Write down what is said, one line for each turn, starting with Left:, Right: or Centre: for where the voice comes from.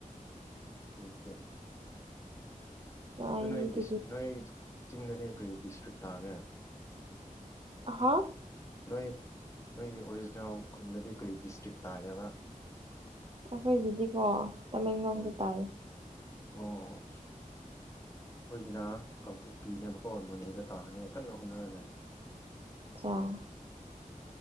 Left: <unintelligible>
Right: ꯅꯨꯡꯉꯥꯏꯅꯤ
Left: ꯑꯗꯨ ꯅꯣꯏ
Right: ꯑꯗꯨꯗꯤ
Left: ꯗꯤꯁ ꯅꯣꯏ ꯆꯤꯡꯗꯗꯤ ꯀꯔꯤ ꯗꯤꯁꯇ꯭ꯔꯤꯛ ꯇꯥꯒꯦ
Right: ꯍꯥ
Left: ꯅꯣꯏ ꯅꯣꯏꯒꯤ ꯑꯣꯔꯤꯖꯤꯅꯦꯜ ꯈꯨꯟꯗꯗꯤ ꯀꯔꯤ ꯗꯤꯁꯇ꯭ꯔꯤꯛ ꯇꯥꯒꯦꯕ
Right: ꯑꯩꯈꯣꯏꯒꯤꯗꯤꯀꯣ ꯇꯃꯦꯡꯂꯣꯡꯗ
Left: ꯎꯝ
Right: ꯇꯥꯏꯌꯦ
Left: ꯑꯣ ꯑꯩꯈꯣꯏꯒꯤꯅ ꯀꯥꯡꯄꯣꯛꯄꯤꯅꯦꯕꯀꯣ ꯅꯣꯅꯦꯗ ꯇꯥꯍꯟꯅꯤꯉꯥꯏ ꯀꯟꯅ ꯍꯣꯠꯅꯔꯂꯩ
Right: ꯑꯆꯥ